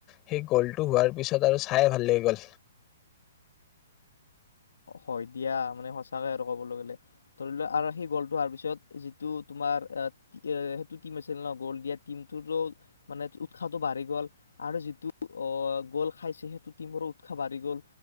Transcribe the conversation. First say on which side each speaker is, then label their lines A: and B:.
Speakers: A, on the left; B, on the left.
A: সেই গ'লটো হোৱাৰ পিছত আৰু চাই ভাল লাগি গ'ল।
B: হয় দিয়া, মানে সঁচাকে আৰু কবলৈ গ'লে ধৰি লোৱা আৰু সেই গ'লটো লোৱাৰ পিছত যিটো তোমাৰ সেইটো টিম আছিল ন, গ'ল দিয়া টিমটো মানে উৎসাহটো বাঢ়ি গ'ল আৰু যিটো অ গ'ল খাইছে সেইটো টিমৰো উৎসাহ বাঢ়ি গ'ল